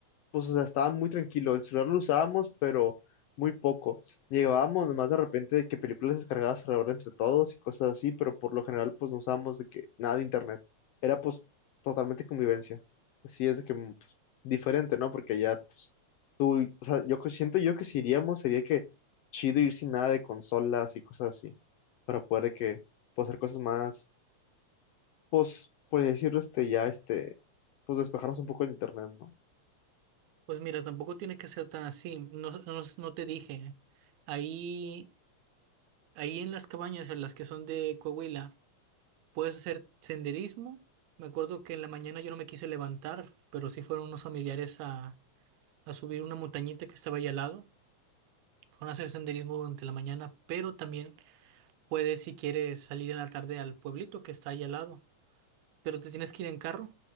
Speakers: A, on the left (about 80°); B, on the right (about 80°).
A: pues, o sea, estaba muy tranquilo. El celular lo usábamos, pero muy poco. Llegábamos nomás de repente de que películas descargadas alrededor entre todos y cosas así, pero por lo general, pues, no usábamos de que nada de internet. Era, pues, totalmente convivencia. Así es de que, mm, pues, diferente, ¿no? Porque ya, pues, tú, o sea, yo que- siento yo que si iríamos sería que chido ir sin nada de consolas y cosas así, para poder de que, pues, hacer cosas más, pues, por decirlo, este, ya, este, pues, despejarnos un poco del internet, ¿no?
B: Pues mira, tampoco tiene que ser tan así. No, no, no te dije. Ahí Ahí en las cabañas, en las que son de Coahuila, puedes hacer senderismo. Me acuerdo que en la mañana yo no me quise levantar, pero sí fueron unos familiares a, a subir una montañita que estaba ahí al lado. Fueron a hacer senderismo durante la mañana, pero también puedes, si quieres, salir en la tarde al pueblito que está ahí al lado. Pero te tienes que ir en carro.